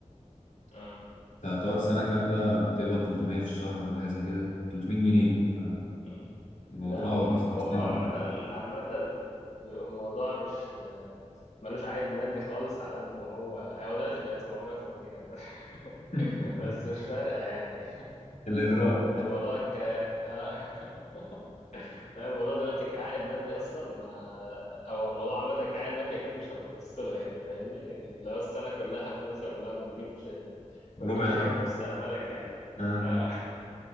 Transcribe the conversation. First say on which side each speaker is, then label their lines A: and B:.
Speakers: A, on the left; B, on the left.
A: آه،
B: انت هتقعد سنة كاملة بتقبض 300 في الشهر ولا حاجة زي كده 300 جنيه
A: أمم.
B: فالموضوع
A: لا هو هو
B: صعب
A: عامة عامة بيبقى الموضوع مش ملوش عائد مادي خالص على قد ما هو هو دلوقتي بقت 780 عامة.
B: <laughs>
A: <laughs> بس مش فارقة يعني
B: الإغراء
A: الموضوع ك آه. <laughs> لا، الموضوع دلوقتي كعائد مادي اصلا ما... او الموضوع عامه كعائد مادي اكيد مش هتبص له يعني فاهمني اللي هو السنه كلها فلوسها كلها ما تجيبش ما تجيبش
B: ربع شهر
A: حاجه في مستقبلك يعني
B: آه.
A: اه